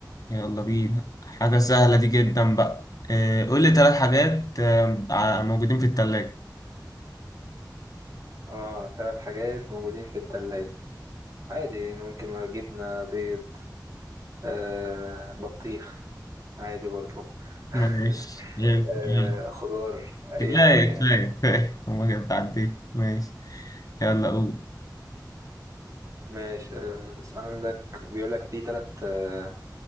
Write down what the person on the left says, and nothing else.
يلا بينا حاجة سهلة دي جدا بقى إيه قول لي ثلاث حاجات آه، ع- موجودين في التلاجة
ماشي
إيه،
يلا.
كفاية
كفاية كفاية <laughs> هما كده بتعدي ماشي يلا قول